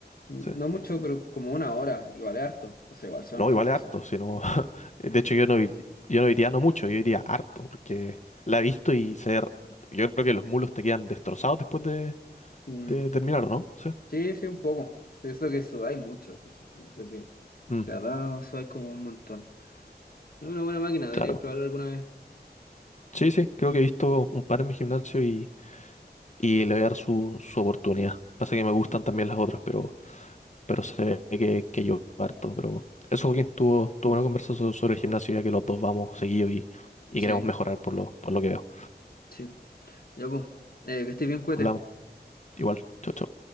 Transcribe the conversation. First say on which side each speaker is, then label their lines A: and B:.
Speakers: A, on the left; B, on the left.
A: No
B: Sí.
A: mucho, pero como una hora, igual es harto. O sea, igual son
B: No,
A: hartos
B: igual
A: pasos.
B: es harto, sino, <laughs> de hecho yo no, ir- yo no diría no mucho, yo diría harto, porque la he visto y se, yo creo que los mulos te quedan destrozados después de,
A: Mm.
B: de terminar, ¿o no? Sí.
A: Sí, sí, un poco. Eso que eso hay muchos entonces, de que
B: Mm,
A: Cada eso hay como un montón. Es una buena máquina, deberíais
B: claro.
A: probarlo alguna vez.
B: Sí,
A: Mm,
B: sí, creo que he visto un par en mi gimnasio y, y le voy a dar su, su oportunidad. Pasa que me gustan
A: Mm,
B: también las otras, pero, pero se ve que, que yo harto. Pero eso, Joaquín, estuvo, estuvo
A: mm.
B: una conversación sobre el gimnasio, ya que los dos vamos seguidos y, y
A: Sí,
B: queremos mejorar por lo, por lo que veo.
A: sí. Ya, pues. Eh, que estés bien, cuete.
B: Hablamos, igual, chau, chau.